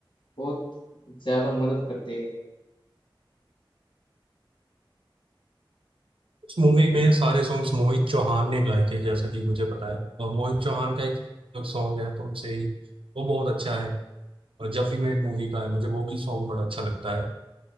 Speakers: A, on the left; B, on the right.
A: बहुत ज़्यादा मदद करते हैं
B: इस मूवी में सारे सॉन्ग्स मोहित चौहान ने गाए थे जैसा कि मुझे पता है और मोहित चौहान का एक सॉन्ग है तुमसे ही वो बहुत अच्छा है और जब वी मेट मूवी का है मुझे वो भी सॉन्ग बड़ा अच्छा लगता है